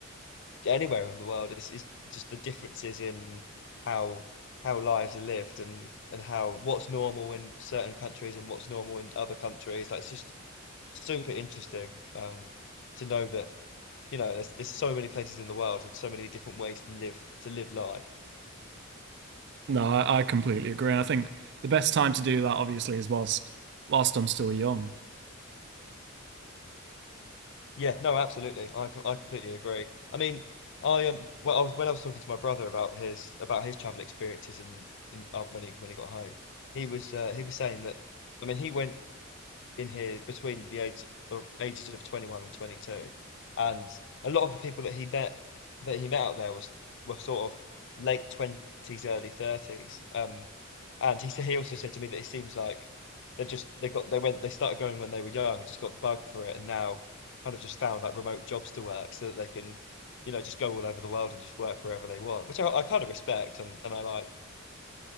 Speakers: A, on the left; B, on the right.
A: anywhere in the world. It's, it's just the differences in how how lives are lived and and how what's normal in certain countries and what's normal in other countries. Like it's just super interesting um, to know that you know there's there's so many places in the world and so many different ways to live to live life.
B: No, I, I completely agree. And I think the best time to do that obviously is whilst whilst I'm still young.
A: Yeah, no, absolutely. I com- I completely agree. I mean, I um, well, I was when I was talking to my brother about his about his travel experiences and, and uh, when he when he got home, he was uh, he was saying that. I mean, he went in here between the age of ages of 21 and 22 and a lot of the people that he met that he met out there was were sort of late 20s early 30s um and he said he also said to me that it seems like they've just they got they went they started going when they were young and just got the bug for it and now kind of just found like remote jobs to work so that they can you know just go all over the world and just work wherever they want which I, I kind of respect and, and I like